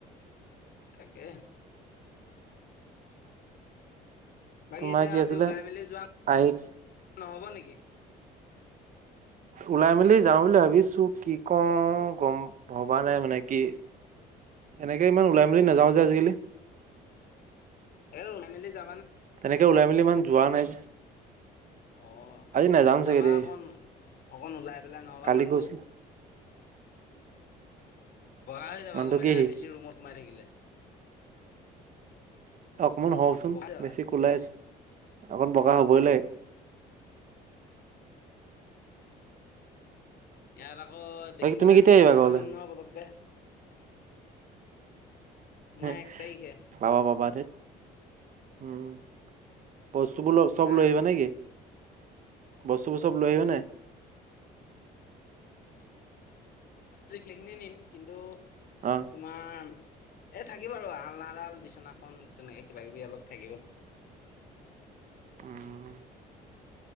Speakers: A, on the left (about 65°); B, on the right (about 50°).
A: তাকে। বাকী
B: তোমাৰ
A: এতিয়া
B: কি
A: আজি
B: আছিলে
A: ওলাই মেলি যোৱা
B: আহি
A: নহ'ব নেকি।
B: ওলাই মেলি যাওঁ বুলি ভাবিছো কি কওঁ গম ভবা নাই মানে কি। এনেকে ইমান ওলাই মেলি নাযাও যে আজিকালি।
A: এ উলাই মেলি যা।
B: তেনেকে ওলাই মেলি ইমান যোৱা নাই।
A: অ
B: আজি নাযাম
A: যাবা
B: চাগে দেই
A: অকণ অকণ ওলাই পেলাই নহবা
B: কালি
A: মানুহটো।
B: গৈছো
A: বগা হৈ যাবা
B: মানুহটো
A: গম পাইছে
B: কি
A: নাই
B: সি
A: বেছি ৰুমত সোমাই থাকিলে।
B: অকমান হওচোন
A: বগা যাবা
B: বেছি কোওলাই আছ। অকণ বগা হ'বইলা।
A: ইয়াত আকৌ
B: বাকী
A: দেখি পেলাই
B: তুমি কেতিয়া
A: আমি চিনি
B: আহিবা
A: নাপাম
B: ঘৰলে
A: নহয় পতককে। মই
B: <inaudible>
A: এক তাৰিখে
B: পাবা পাবা থেত উম বস্তুবোৰ ল চব
A: হা
B: লৈ আহিবা নেকি। বস্তুবোৰ চব লৈ আহিব নাই।
A: জি সেইখিনি নিম কিন্তু
B: অ
A: তোমাৰ। এই থাকিব আৰু আলনাডাল বিচনাখন তেনেকে কিবা কিবি অলপ থাকিব।
B: উম।